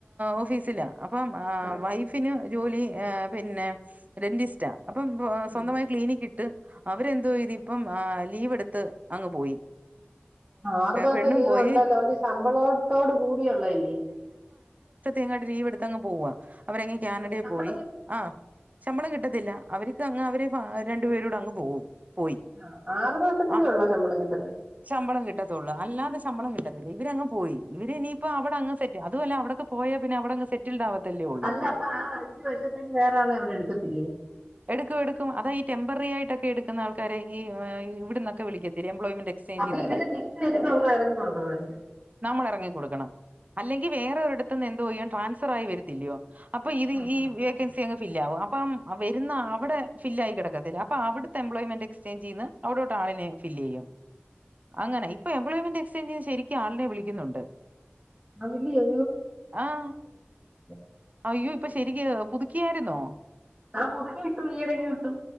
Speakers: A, on the right; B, on the right.
A: ഓഫീസിലാ അപ്പം ആ
B: ആഹ് ആഹ്
A: വൈഫിന് ജോലി പിന്നെ ഡെന്റിസ്റ്റാ അപ്പം
B: ആഹ്
A: സ്വന്തമായി ക്ലീനിക് ഇട്ട് അവരെന്തോ ഇതിപ്പം ലീവ് എടുത്ത് അങ്ങ് പോയി
B: ആറുമാസം
A: പെണ്ണും
B: ലീവ്
A: പോയി
B: ഉണ്ടല്ലോ അവർക്ക് ശമ്പളത്തോട് കൂടിയള്ളല്ലേ
A: ങ്ങാട്ട് ലീവ് എടുത്തങ് പോവാ അവരങ്ങ് കാനഡയിൽ
B: ശമ്പളം
A: പോയി
B: കിട്ടും
A: ആഹ ശമ്പളം കിട്ടത്തില്ല അവർക്ക് അങ്ങ് അവര് രണ്ടു പേരോടെ അങ്ങ് പോകും പോയി
B: ആഹ് ആറ് മാസത്തിനേ
A: ആ
B: ഉള്ളോ ശമ്പളം കിട്ടുന്നെ
A: ശമ്പളം കിട്ടത്തുള്ളൂ അല്ലാതെ ശമ്പം കിട്ടത്തില്ല ഇവരങ്ങ് പോയി ഇവര് ഇനിയിപ്പോ അവിടെങ് സെ അതു അല്ല അവിടെക്കെ പോയാ പിന്നെ അവിടെ സെ റ്റിൽഡ് ആകത്തല്ലേ ഉള്ളൂ
B: അല്ല ആ അഞ്ച് വർശത്തേക്ക് വേറെ ആളെ അവിടെ എടുക്കത്തില്ലേ
A: എടുക്കും എടുക്കും അതാ ഈ ടെമ്പറി ആയിട്ട്ക്കെ എടുക്കുന്ന ആൾക്കാരെ ഈ ഇവിടന്നൊക്കെ വിളിക്കത്ത എംപ്ലോയ്മെന്റ് എക്സ്ചേഞ്ച്ന്നൊക്കെ
B: അപ്പൊ ഇവര് തിരിച്ച് വരുമ്പോ നമ്മൾ ഇറങ്ങി കൊടുക്കണമായിരിക്കും
A: നമ്മൾ എറങ്ങിക്കൊടുക്കണം അല്ലെങ്കി വേറൊരിടത്തുന്ന് എന്തോ ചെയ്യോ ട്രാൻസ്ഫർ ആയി വരുത്തില്ലയോ അപ്പ ഇത്
B: ആഹ്
A: ഈ വേക്കൻസി
B: ആഹ്
A: അങ്ങ് ഫില്ലാവും അപ്പം വരുന്ന അവടെ ഫില്ലായി കിടക്കത്തില്ല. അപ്പ അവിടുത്തെ എംപ്ലോയ്മെന്റ് എക്സ്ചേഞ്ച്ന്ന് അവിടോട്ട് ആളിനെ ഫില്ലേയ്യും അങ്ങനെ ഇപ്പൊ എംപ്ലോയ്മെന്റ് എക്സ്ചേഞ്ചിന് ശരിക്കും ആളിനെ വിളിക്കുന്നുണ്ട്
B: അത് ഇല്ലയ
A: ആഹ്
B: <unintelligible>
A: അയ്യോ ഇപ്പൊ ശരിക്ക് പുതുക്കിയായിരുന്നോ
B: ആഹ് പുതുക്കെ കട്ടു ഈയിടയ്ക്ക് കട്ടു